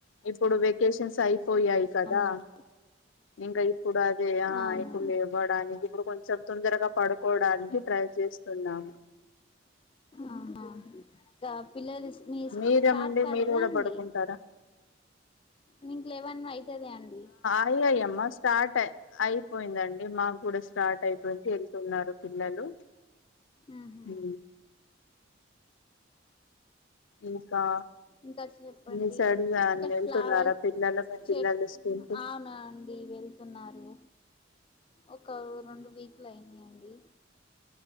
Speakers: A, on the left; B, on the left.
A: ఇప్పుడు వెకేషన్స్ అయిపోయాయి
B: అవునండి
A: కదా ఇంకా ఇప్పుడు అదే ఆ
B: అవును
A: ఇప్పుడు లేవు. ఇవ్వడానికి ఇప్పుడు కొంచెం తొందరగా పడుకోడానికి ట్రై చేస్తున్నాము.
B: ఆహా ఇంకా పిల్లలు మీ స్టార్ట్
A: మీరండి
B: కాలేదా
A: మీరు కూడా
B: అండి.
A: పడుకుంటారా
B: మీకు లెవన్ అయితది అండి.
A: అయ్యాయి అమ్మా స్టార్ట్ అ అయిపోయిందండి మాకు కూడా స్టార్ట్ అయితుంది ఎళ్తున్నారు. పిల్లలు
B: ఆహా
A: హ్ ఇంకా
B: ఇంకా చెప్పండి
A: మీ సైడ్
B: ఇంకా
A: వెళ్తున్నారా
B: ఫ్లావర్స్
A: పిల్లలు మీ
B: చెప్
A: పిల్లలు స్కూల్ కి
B: అవునా అండి వెళ్తున్నారు. ఒక రెండు వీక్లు అయినయండి.